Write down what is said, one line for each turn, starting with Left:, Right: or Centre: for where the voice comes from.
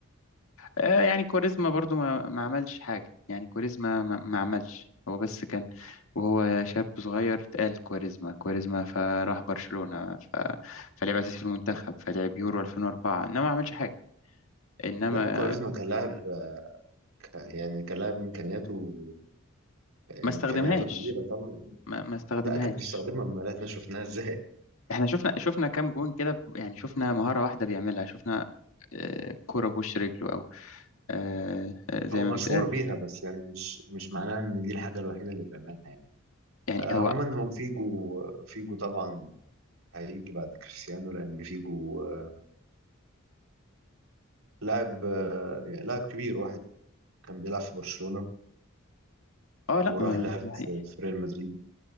Left: آه، يعني كاريزما برضو ما, ما عملش حاجة يعني كاريزما ما, ما عملش هو بس كان وهو شاب صغير اتقال كاريزما كاريزما فراح برشلونة ف... فلعب أساسي في المنتخب فلعب يورو 2004 إنما ما عملش حاجة إنما
Right: لا كواريزما كان لاعب ك- يعني كان لاعب إمكانياته
Left: ما
Right: إمكانياته
Left: استخدمهاش
Right: كبيرة طبعا
Left: ما, ما استخدمهاش
Right: لا كان بيستخدمها أمال إحنا شفناها إزاي
Left: إحنا شفنا شفنا كام جون كده يعني شفنا مهارة واحدة بيعملها شفنا آه، كرة بوش رجله أو آه، آه، زي
Right: هو
Left: ما
Right: مشهور
Left: بيتقال
Right: بيها بس يعني مش مش معناها إن دي الحاجة الوحيدة اللي بيعملها يعني
Left: يعني
Right: آه،
Left: هو
Right: عموما هو فيجو فيجو طبعا هيجي بعد كريستيانو لأن فيجو آه، لاعب آه، يعني لاعب كبير واحد كان بيلعب في برشلونة
Left: اه لا
Right: وراح
Left: ما-
Right: لعب في في ريال مدريد